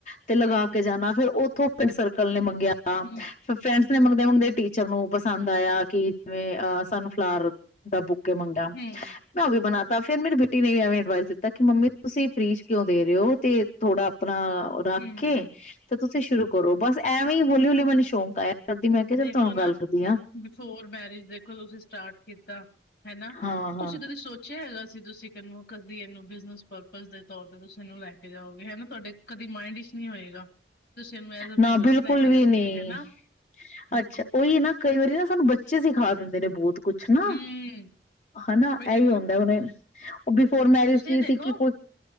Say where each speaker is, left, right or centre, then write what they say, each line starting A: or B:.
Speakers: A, on the left (about 40°); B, on the left (about 65°).
A: ਤੇ ਲਗਾ
B: ਹਮ
A: ਕੇ ਜਾਣਾ,
B: ਹਮ
A: ਫੇਰ ਉੱਥੋਂ ਪਿੰਡ ਸਰਕਲ ਨੇ ਮੰਗ ਗਿਆ
B: ਹਮ
A: ਫਿਰ ਫਰੈਂਡਸ ਨੇ ਮੰਗਦੇ-ਮੰਗਦੇ
B: ਹੂੰ,
A: ਟੀਚਰ ਨੂੰ ਪਸੰਦ ਆਇਆ ਕਿ ਜਿਵੇਂ ਆਹ ਸਾਨੂੰ ਫਲਾਰ ਦਾ ਬੁਕੇ ਮੰਗਿਆ।
B: ਹੂੰ,
A: ਬਣਾ ਤਾ ਫਿਰ ਮੇਰੀ ਬੇਟੀ ਨੇ ਵੀ ਐਵੇਂ ਅਡਵਾਈਸ ਦਿੱਤਾ ਕਿ ਮੰਮੀ ਤੁਸੀਂ ਫਰੀ ਚ ਕਿਉਂ ਦੇ ਰਹੇ ਹੋ ਤੇ ਥੋੜ੍ਹਾ ਆਪ ਰੱਖ
B: ਹੂੰ
A: ਕੇ ਤੇ ਤੁਸੀਂ ਸ਼ੁਰੂ ਕਰੋ ਬਸ ਐਵੇ ਹੀ ਹੌਲੀ-ਹੌਲੀ ਮੈਨੂੰ ਸ਼ੌਕ ਆਇਆ। ਕਰਦੀ ਮੈਂ ਕਿਹਾ ਚੱਲ
B: ਦੇਖਲੋ
A: ਤੁਹਾਨੂੰ
B: ਨਾ,
A: ਗੱਲ ਕਰਦੀ ਆ
B: ਬਿਫੋਰ ਮੈਰਿਜ ਦੇਖੋ ਤੁਸੀਂ ਸਟਾਰਟ ਕੀਤਾ। ਤਾਂ ਹਨਾ,
A: ਹਾਂ
B: ਤੁਸੀਂ
A: ਹਾਂ
B: ਕਦੇ ਸੋਚਿਆ ਹੈਗਾ ਸੀਂ ਤੁਸੀਂ ਇਹਨੂੰ ਕਦੀ ਇਹਨੂੰ ਬਿਜ਼ਨਸ ਪਰਪਜ਼ ਦੇ ਤੌਰ ਤੇ ਤੁਸੀਂ ਇਹਨੂੰ ਲੈ ਕੇ ਜਾਓਗੇ ਹਨਾ। ਤੁਹਾਡੇ ਕਦੇ ਮਾਇੰਡ ਵਿੱਚ ਨਹੀਂ ਹੋਏਗਾ, ਤੁਸੀਂ ਇਹਨੂੰ ਐਜ ਆ
A: ਨਾ
B: ਬਿਜਨਸ
A: ਬਿਲਕੁਲ
B: ਲੈ ਕੇ
A: ਵੀ
B: ਜਾਓਗੇ,
A: ਨਹੀਂ
B: ਹਨਾ। ਦੇਖੋ
A: ਅੱਛਾ, ਉਹੀ ਨਾ ਕਈ ਵਾਰੀ ਨਾ ਸਾਨੂੰ ਬੱਚੇ ਸਿਖਾ ਦਿੰਦੇ ਨੇ ਬਹੁਤ ਕੁੱਛ ਨਾ
B: ਹੂੰ
A: ਹਨਾ,
B: ਉਹੀ
A: ਇਹ ਵੀ ਹੁੰਦਾ
B: ਨਾ
A: ਹੈ ਹੁਣੇ ਬਿਫੋਰ ਮੈਰਿਜ
B: ਤੁਸੀਂ
A: ਕੀ
B: ਇਹ ਦੇਖੋ
A: ਸੀ ਕਿ ਕੁੱਛ,